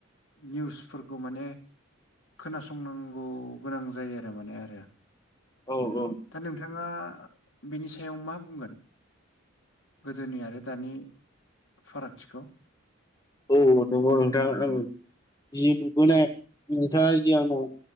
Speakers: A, on the left (about 70°); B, on the left (about 20°).
A: निउसफोरखौ खौ माने खोनासंनांगौ गोनां जायो आरो माने आरो
B: औ औ
A: दा नोंथाङा बेनि सायाव मा बुंगोन गोदोनि आरो दानि फारागथिखौ
B: औ नंगौ नोंथां ओं जि नुबोनाय नोंथाङा जि आंनाव